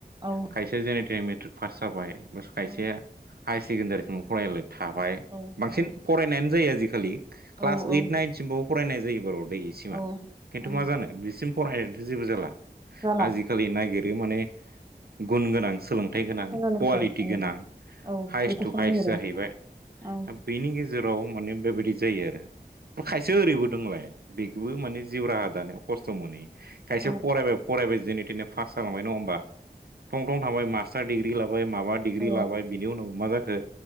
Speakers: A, on the right (about 25°); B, on the right (about 70°).
A: औ
B: खायसे जेने-थेने मेट्रिक पास जाबाय खायसेआ
A: औ
B: हायार सेकेण्डारिसिमाव फरायलाय थाबाय
A: औ
B: बांसिन
A: औ
B: फरायनायानो जायो आजिखालि क्लास
A: औ औ
B: ओइट नाइनसिमबाबो फरायनाय जायो बार' दै इसिमा
A: औ
B: खिन्थु
A: उम
B: मा जानो बिसिम फरायनायजोंलथ' जेबो जाला
A: जाला
B: आजिखालि नागिरो माने गुन गोनां सोलोंथाइ गोनां
A: सोलोंथाइ
B: कुवालिटि
A: औ
B: गोनां
A: औ
B: हायेस्ट
A: बेखौसो
B: टु हायेस्ट
A: नागिरो
B: जाहैबाय,
A: औ
B: दा बेनि गेजेराव माने बेबायदि जायो आरो। खायसे ओरैबो दंलाय बेखौबो माने जिउ राहा दानायाव खस्थ' मोनहैयो खायसे
A: औ
B: फरायबाय फरायबाय जेने थेने पास जालांबाय नङ होमबा थं थं थांबाय मास्टार डिग्रि लाबाय माबा डिग्रि
A: औ
B: लाबाय बिनि उनाव मा जाखो